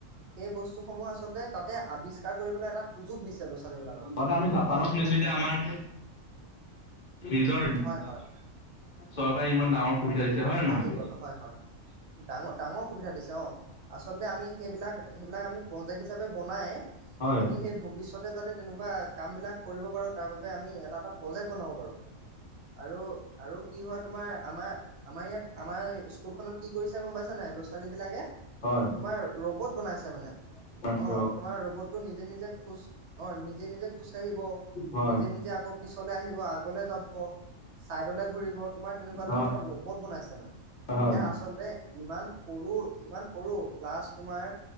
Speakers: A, on the right (about 60°); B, on the left (about 40°).
A: সেই বস্তুসমূহ আচলতে তাতে আৱিষ্কাৰ কৰি, এটা সুযোগ দিছে। ছোৱালীবিলাকক।
B: হয়টো আমি জাপানত
A: অ',
B: সুনিছো এতিয়া আমাৰ নিজৰ
A: হয় হয়
B: চৰকাৰে ইমান ডাঙৰ সুবিধা দিছে হয় নে নহয়?
A: আহি গ'ল হয়-হয়। ডাঙৰ-ডাঙৰ সুবিধা দিছে। অ' আচলতে আমি সেইবিলাক-সেইবিলাক আমি প্ৰজেক্ট হিচাপে বনাই,
B: হয়
A: বআমি সেই ভৱিষ্যতে যাতে তেনেকুৱা কাম বিলাক কৰিব পাৰো তাৰ বাবে আমি এটা-এটা প্ৰজেক্ট বনাব পাৰো। আৰু আৰু কি হয় তোমাৰ আমাৰ-আমাৰ ইয়াত, <unintelligible> ই স্কুলখনত কি কৰিছে গম পাইছা নাই ল'ৰা ছোৱালী বিলাকে,
B: হয়
A: তোমাৰ ৰবট বনাইছে মানে।
B: হয়
A: অ' তোমাৰ ৰবটটো নিজে-নিজে খোজ অ নিজে-নিজে খোজকাাঢ়িব,
B: হয়
A: নিজে-নিজে আকৌ পিছলৈ আহিব আগলে যাব, ছাইডলে ঘূৰিব তোমাৰ তেনেকুৱা ধৰণৰ
B: হয় হয়
A: ৰব বহত <unintelligible> বনছে মানে
B: হয়
A: এতিয়া আচলতে, ইমান সৰু ইমান সৰু ক্লাছ তোমাৰ